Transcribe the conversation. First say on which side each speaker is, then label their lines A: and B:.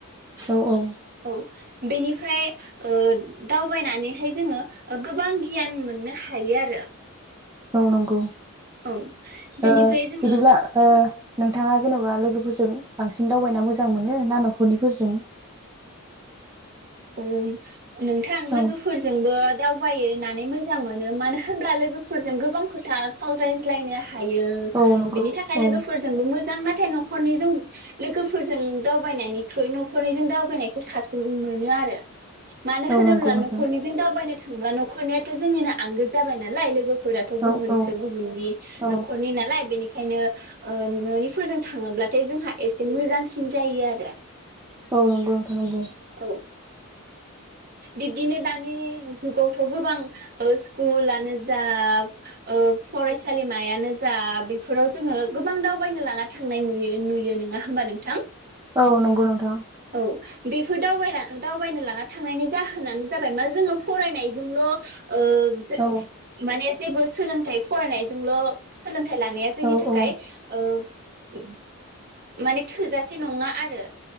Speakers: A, on the right; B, on the right.
A: औ औ
B: औ बेनिफ्राय ओ दावबायनानैहाय जोङो गोबां गियान मोननो हायो आरो।
A: औ नंगौ
B: औ बेनिफ्राय
A: ओ
B: जोङो
A: बिदिब्ला ओ नोंथाङा जेन'बा लोगोफोरजों बांसिन दावबायना मोजां मोनो ना न'खरनिफोरजों?
B: ओं नोंथां
A: औ
B: लोगोफोरजोंबो दाउ बायनानै मोजां मोनो मानो होनब्ला लोगोफोरजों गोबां खोथा सावरायज्लायनो हायो
A: औ नंगौ
B: बिनि थाखाय
A: औ
B: लोगोफोरजोंबो मोजां नां नाथाय न'खरनिजों लोगोफोरजों दावबायनायनिख्रुइ न'खरनिजों दावबायनायखौ साबसिन मोनो आ रो। मानो
A: औ
B: होनोब्ला
A: नंगौ नोंथां
B: न'खरनिजों दावबायनो थांब्ला न'खरनियाथ' जोंनिनो आंगो जाबाय नालाय लोगो फोराथ' गुबुनसो
A: औ औ
B: गुबुननि
A: औ
B: न'खरनि नालाय बेनि ओंखायनो ओ न'निफोरजों थाङोब्लाथाय जोंहा एसे मोजांसिन जायो आरो।
A: औ नंगौ नोंथां नंगौ।
B: औ बिब्दिनो दानि जुगावथ' गोबां ओ स्कुलानो जा ओ फरायसालि मायानो जा बेफोराव जोङो गोबां दावबायनो लाना थांनाय नुय नुयो नोङा होमबा नोंथां?
A: औ नंगौ नोंथां।
B: औ बेफोर दावबायना दावबायनो लाना थांनायनि जाहोनानो जाबाय मा जोङो फरायनायजोंल' ओ जों
A: औ
B: माने जेबो सोलोंथाइ फरायनायजोंल' सोंलों थाइ लानाया जोंनि
A: औ
B: थाखाय
A: औ
B: ओ औ <inaudible> माने थोजा से नङा आरो